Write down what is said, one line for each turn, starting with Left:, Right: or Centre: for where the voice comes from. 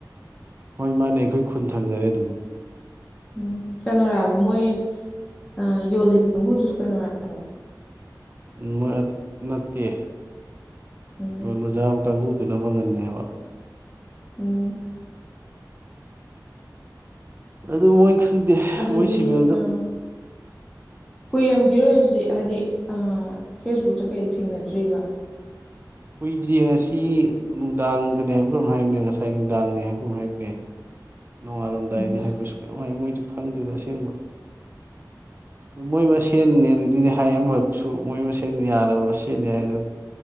Right: ꯍꯣꯏ ꯃꯥꯅꯦ ꯑꯩꯈꯣꯏ ꯈꯨꯟ ꯊꯪꯅꯔꯦ ꯑꯗꯨꯝ
Centre: ꯎꯝ ꯀꯩꯅꯣꯔꯥꯕ ꯃꯣꯏ ꯑ ꯌꯣꯜꯂꯤ ꯀꯥꯡꯕꯨꯗꯨꯁꯨ ꯀꯩꯅꯣ ꯔꯥꯕ
Right: ꯃꯣꯏ ꯑꯗ ꯅꯠꯇꯦ
Centre: ꯎꯝ
Right: ꯌꫭꯟꯕ ꯖꯥꯕ ꯀꯥꯡꯒꯨꯗꯨꯅ ꯄꯪꯒꯟꯅꯦꯕ
Centre: ꯎꯝ
Right: ꯑꯗꯨ ꯃꯣꯏ ꯈꯪꯗꯦ
Centre: ꯑꯗꯨꯗꯤ
Right: ꯃꯣꯏ ꯁꯤꯚꯤꯜꯗꯨ
Centre: ꯑꯥ ꯀꯨꯏꯔꯝꯒꯤꯔꯣꯏ ꯑꯗꯨꯗꯤ ꯍꯥꯏꯗꯤ ꯑ ꯐꯦꯁꯕꯨꯛꯇ ꯀꯩꯗ ꯊꯦꯡꯅꯗ꯭ꯔꯤꯕ
Right: ꯀꯨꯏꯗ꯭ꯔꯤ ꯉꯁꯤ ꯅꯨꯡꯗꯥꯡꯗꯅꯤ ꯍꯥꯏꯕꯔ ꯀꯩꯅꫭꯝ ꯍꯥꯏꯕꯅꯤ ꯉꯁꯥꯏ ꯅꯨꯡꯗꯥꯡꯅꯤ ꯍꯥꯏꯕ ꯑꯃꯥ ꯍꯥꯏꯕꯅꯦ ꯅꯣꯡꯉꯥꯜꯂꯝꯗꯥꯏꯅꯤ
Centre: ꯎꯝ
Right: ꯍꯥꯏꯕꯁꯨ ꯀꯩꯅꫭꯝ ꯍꯥꯏ ꯃꯣꯏꯁꯨ ꯈꯪꯗꯦꯗ ꯑꯁꯦꯡꯕ ꯃꯣꯏ ꯃꯁꯦꯟꯅꯦ ꯨꯗꯨꯗꯤ ꯍꯥꯏ ꯑꯃꯔꯛꯁꯨ ꯃꯣꯏ ꯃꯁꯦꯟ ꯌꯥꯟꯅꯕ ꯃꯁꯦꯟꯅꯤ ꯍꯥꯏ ꯑꯗꯨ